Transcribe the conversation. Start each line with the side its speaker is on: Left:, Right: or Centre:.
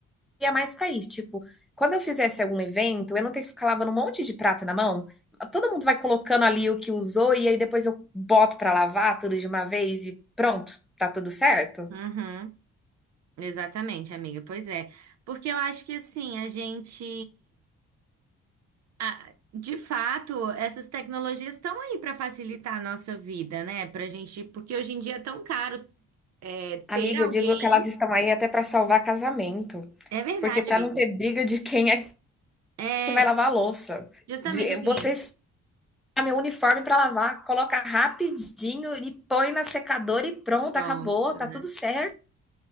Centre: mais pra isso, tipo, quando eu fizesse algum evento, eu não ter que ficar lavando um monte de prato na mão. Todo mundo vai colocando ali o que usou e aí depois eu boto pra lavar tudo de uma vez e pronto, tá tudo certo?
Right: Uhum, exatamente, amiga. Pois é. Porque eu acho que assim, a gente. ah, de fato, essas tecnologias estão aí para facilitar a nossa vida, né? Pra gente. Porque hoje em dia é tão caro é, ter
Centre: Amiga,
Right: alguém.
Centre: eu digo que elas estão aí até para salvar casamento,
Right: É verdade,
Centre: porque para
Right: amiga.
Centre: não ter briga de quem é
Right: É,
Centre: que vai lavar a louça.
Right: justamente
Centre: De,
Right: assim.
Centre: você está meu uniforme para lavar, coloca rapidinho e põe na secadora e pronto,
Right: Pronto.
Centre: acabou,
Right: né?
Centre: tá tudo certo.